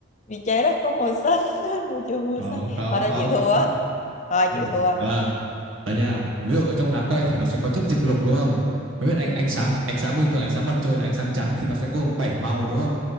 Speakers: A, on the left; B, on the right.
A: vì trái đất có màu xanh <laughs> bầu trời màu
B: không,
A: xanh
B: không,
A: thôi đã
B: không,
A: chịu thua á
B: không,
A: thôi
B: không
A: chịu
B: được.
A: thua
B: À. Đấy nha. Ví dụ ở trong lá cây thì nó sẽ có chất diệp lục đúng không? Mới biết ánh
A: ừ
B: ánh sáng ánh sáng bình thường ánh sáng mặt trời là ánh sáng trắng thì nó sẽ gồm 7 màu đúng không?